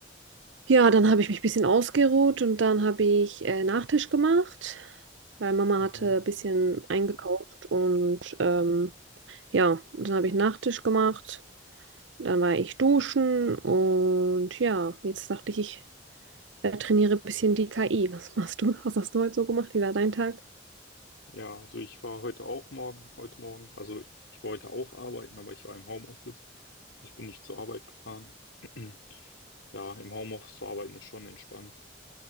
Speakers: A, on the right; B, on the left.
A: Ja, dann habe ich mich ein bisschen ausgeruht und dann habe ich äh, Nachtisch gemacht, weil Mama
B: mhm.
A: hatte ein bisschen eingekauft und ähm, ja, dann habe ich Nachtisch gemacht. Dann war ich duschen und ja, jetzt dachte ich, ich äh, trainiere ein bisschen die KI. Was machst du? Was hast du heute so gemacht? Wie war dein Tag?
B: Ja, also ich war heute auch morgen, heute Morgen, also ich wollte auch arbeiten, aber ich war im Homeoffice. Ich bin nicht zur Arbeit gefahren. <clears throat> Ja, im Homeoffice zu arbeiten ist schon entspannt.